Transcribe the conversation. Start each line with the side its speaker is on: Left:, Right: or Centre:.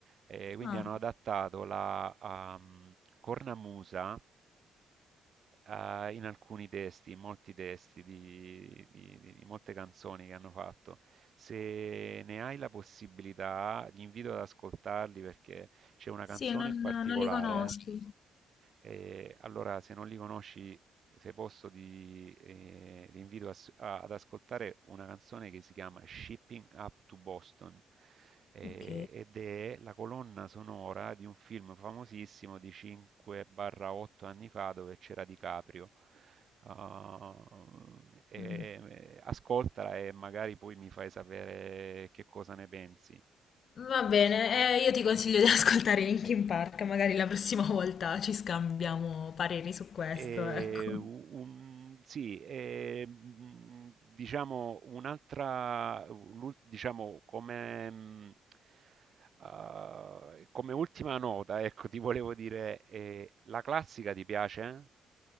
Right: E quindi
Left: Ah.
Right: hanno adattato la ehm, cornamusa eh, in alcuni testi, in molti testi di, di- di- di molte canzoni che hanno fatto. Se ne hai la possibilità, ti invito ad ascoltarli perché c'è una canzone
Left: Sì, non,
Right: in particolare.
Left: non li conosco.
Right: eh, allora, se non li conosci, se posso, di, eh, vi invito a s- a- ad ascoltare una canzone che si chiama Shipping Up to Boston eh,
Left: Ok.
Right: ed è la colonna sonora di un film famosissimo di 5-8 anni fa dove c'era DiCaprio. Ah, e-
Left: Mm.
Right: e- ascoltala e magari poi mi fai sapere che cosa ne pensi.
Left: Va bene, eh, io ti consiglio di <laughs> ascoltare Linkin Park, magari la prossima volta ci scambiamo pareri su questo,
Right: E
Left: ecco.
Right: un- sì, e, mh, diciamo un'altra, l'ul- diciamo come, mh, eh, come ultima nota, ecco, ti volevo dire, eh, la classica ti piace?